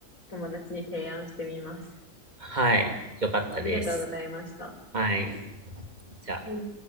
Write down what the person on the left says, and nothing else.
友達に提案してみます。
ありがとうございました。
はい。